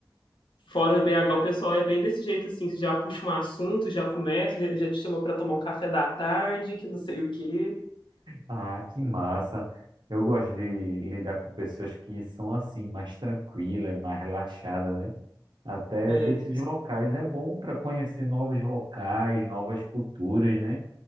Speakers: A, on the left (about 85°); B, on the right (about 70°).
A: fora de BH o pessoal é bem desse jeito assim, já puxa um assunto, já começa, já, já te chama para tomar um café da tarde, que não sei o quê.
B: Ah, que massa. Eu gosto de lidar com pessoas que são assim, mais tranquilas, mais relaxadas, né? Até
A: É.
B: desses locais é bom para conhecer novos locais, novas culturas, né?